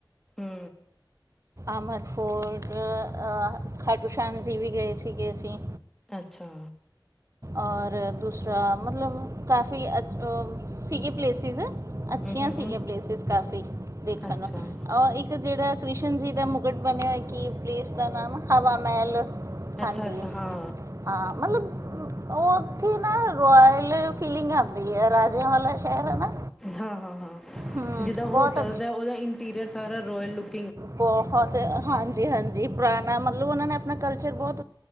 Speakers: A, in the centre; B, on the right.
A: ਹੂੰ।
B: ਅਮਰ ਫੋਰਟ ਅ ਖਾਟੂ ਸ਼ਾਮ ਜੀ ਵੀ ਗਏ ਸੀਗੇ ਅਸੀਂ।
A: ਅੱਛਾ।
B: ਔਰ ਦੂਸਰਾ ਮਤਲਬ ਕਾਫ਼ੀ ਅਛ ਸੀਗੇ ਪਲੇਸਿਸ। ਅੱਛੀਆਂ
A: ਹੂੰ ਹੂੰ
B: ਸੀਗੀਆਂ
A: ਹੂੰ
B: ਪਲੇਸਿਸ ਕਾਫ਼ੀ ਦੇਖਣ
A: ਅੱਛਾ
B: ਨੂੰ। ਅਹ ਇੱਕ ਜੇੜਾ ਕ੍ਰਿਸ਼ਨ ਜੀ ਦਾ ਮੁਕਟ ਬਣਿਆ ਹੋਇਆ ਕਿ ਪਲੇਸ ਦਾ ਨਾਮ ਹਵਾ ਮੈਲ।
A: ਅੱਛਾ
B: ਹਾਂਜੀ
A: ਅੱਛਾ ਹਾਂ
B: ਹਾਂ, ਮਤਲਬ ਔਥੇ ਨਾ ਰੋਇਲ ਫੀਲਿੰਗ ਆਦੀ ਐ, ਰਾਜੇਆ ਵਾਲਾ ਸੈ਼ਰ ਐ ਨਾ।
A: ਹਾਂ ਹਾਂ ਹਾਂ,
B: ਹਮ
A: ਜਿੱਦਾਂ ਹੋਟਲਸ
B: ਬਹੁਤ
A: ਹੈ ਓਦਾ ਇੰਟੀਰੀਅਰ ਸਾਰਾ ਰੋਇਲ ਲੂਕ
B: ਬਹੌਤ ਹਾਂਜੀ ਹਾਂਜੀ, ਪੁਰਾਣਾ ਮਤਲਬ ਓਨਾਂ ਨੇ ਅਪਣਾ ਕਲ ਤੋੜ ਦੇਣੇ